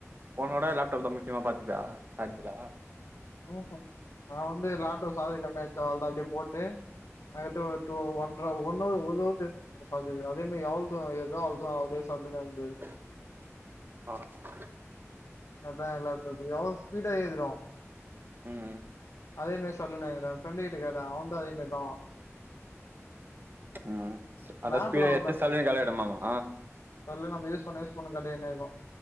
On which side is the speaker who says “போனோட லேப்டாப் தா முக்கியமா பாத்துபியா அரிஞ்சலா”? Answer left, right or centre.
Right